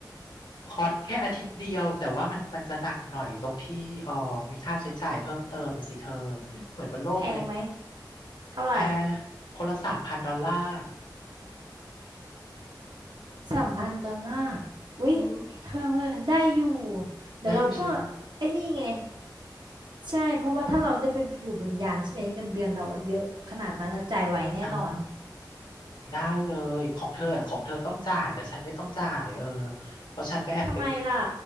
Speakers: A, on the left; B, on the right.
A: คอร์สแค่อาทิตย์เดียวแต่ว่ามันมันจะหนักหน่อยตรงที่อ๋อมีค่าใช้จ่ายเพิ่มเติมนะสิเธออุ๊ยเหมือนบนโลกเลย
B: แพงไหมเท่าไหร่
A: แพงคนละสามพันดอลลาร์
B: สามพันดอลลาร์อุ้ยเธอได้อยู่
A: อือ
B: เดี๋ยวเราก็
A: ได้อยู่ใช่ไหม
B: ไอ้นี่ไง ใช่เพราะว่าถ้าเราได้ไปอยู่บนยานใช่ไหมเงินเดือนเราอะเยอะขนาดนั้นเราจ่ายไหวแน่นอน
A: อ่าได้เลยของเธออะของเธอต้องจ่ายแต่ฉันไม่ต้องจ่ายเออเพราะฉันไปแอบไป
B: ทำไมล่ะ